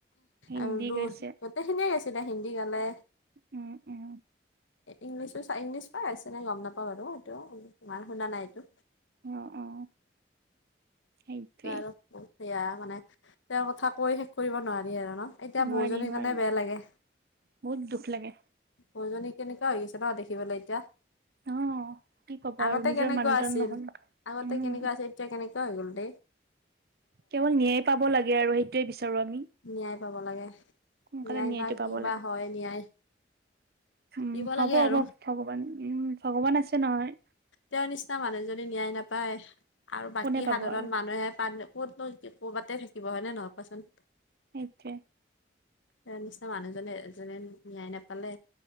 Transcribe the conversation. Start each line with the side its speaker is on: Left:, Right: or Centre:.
Right: হিন্দী
Left: আৰু দু
Right: গাইছে
Left: গোটেইখিনিয়ে গৈছিলে হিন্দী গালে
Right: উম উম
Left: ইংলিছো চ ইংলিছ পাই আছে নাই গম নাপাওঁ বাৰু এইটো তমাৰ শুনা নাই এইটো
Right: অ অ সেইটোৱে
Left: আৰু সেয়া মানে তেওঁৰ কথা কৈ শেষ কৰিব নোৱাৰি আৰু ন এতিয়া
Right: নোৱাৰি
Left: বৌজনীৰ
Right: নোৱাৰি
Left: কাৰণে বেয়া লাগে
Right: বহুত দুখ লাগে
Left: বৌজনী কেনেক হৈ গিছে ন দেখিবলৈ এতিয়া
Right: অ কি কবা
Left: আগতে
Right: আৰু নিজৰ
Left: কেনেকুৱা
Right: মানুহজন
Left: আছিল
Right: নহল
Left: আগতে
Right: উম
Left: কেনেকুৱা আছিল এতিয়া কেনেক এ আ গল দে
Right: কেৱল ন্যায় পাব লাগে আৰু সেইটোৱে বিচাৰো আমি
Left: ন্যায় পাব লাগে
Right: সোনকালে
Left: ন্যায়
Right: ন্যায়টো
Left: বা কি
Right: পাব
Left: বা
Right: লাগে
Left: হয় ন্যায়
Right: উম
Left: দিব
Right: হ'ব
Left: লাগে আৰু
Right: হ'ব ভগৱান উম ভগৱান আছে নহয়
Left: তেওঁৰ নিচিনা মানুহেযদি ন্যায় নাপায় আৰু বাকী
Right: কোনে পাব
Left: সাধাৰণ
Right: আৰু
Left: মানুহে পান ক'ত ক'ত পাতে থাকিব হয় ননেে নহয় পোৱাচোন
Right: সেইটোৱে
Left: ত নিচিনা মানুহজনে এজনে নয়ায় নাপালে